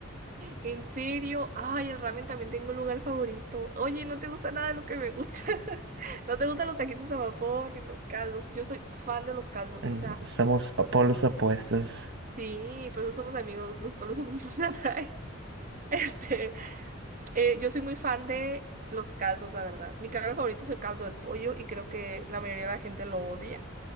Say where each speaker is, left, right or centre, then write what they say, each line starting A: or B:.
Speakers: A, on the right (about 40°); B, on the right (about 60°).
A: ¿En serio? Ay, el ramen también tengo un lugar favorito. Oye, no te gusta nada de lo que me gusta. <laughs> No te gustan los taquitos a vapor ni los caldos. Yo soy fan de los caldos.
B: Eh, no,
A: O sea,
B: Somos polos opuestos.
A: sí, por eso somos amigos. Los pueblos <laughs> opuestos se atraen. <laughs> Este, eh, yo soy muy fan de los caldos, la verdad. Mi caldo favorito es el caldo de pollo y creo que la mayoría de la gente lo odia.